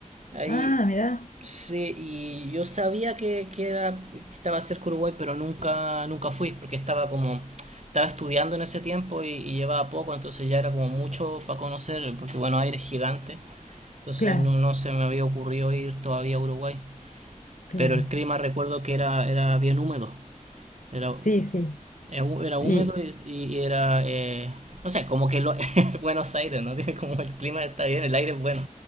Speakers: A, on the right; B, on the left.
A: ahí.
B: Ah, mirá,
A: Sí, y yo sabía que, que era, que estaba cerca de Uruguay, pero nunca, nunca fui, porque estaba como, estaba estudiando en ese tiempo y, y llevaba poco, entonces ya era como mucho para conocer, porque Buenos Aires es gigante, entonces
B: claro,
A: no, no se me había ocurrido ir todavía a Uruguay.
B: claro.
A: Pero el clima recuerdo que era, era bien húmedo, era
B: Sí, sí.
A: es hú- Era húmedo
B: Y
A: y, y era, eh, no sé, como que lo, <laughs> Buenos Aires, ¿no? Tiene como el clima está bien, el aire es bueno,